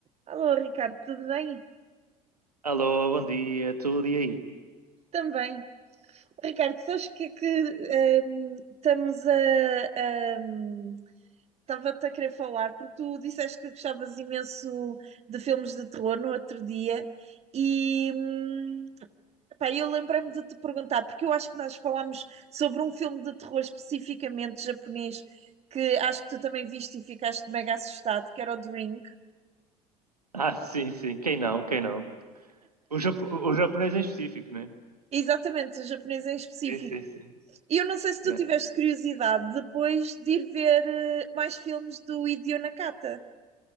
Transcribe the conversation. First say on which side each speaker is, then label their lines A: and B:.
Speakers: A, on the right (about 35°); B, on the right (about 80°).
A: Alô, Ricardo, tudo bem?
B: Alô, bom dia, tudo e aí?
A: Também. Ricardo, sabes o que é que ehm, estamos a. ehm, Estava-te a querer falar, porque tu disseste que gostavas imenso de filmes de terror no outro dia, e hum, epá, eu lembrei-me de te perguntar, porque eu acho que nós falámos sobre um filme de terror especificamente japonês, que acho que tu também viste e ficaste mega assustado, que era o Drink.
B: Ah, sim, sim, quem não, quem não? O, japo- o japonês em específico, né?
A: Exatamente, o japonês em específico.
B: Sim, sim, sim.
A: E eu não sei se tu
B: Yeah.
A: tiveste curiosidade depois de ir ver eh, mais filmes do Hideo Nakata.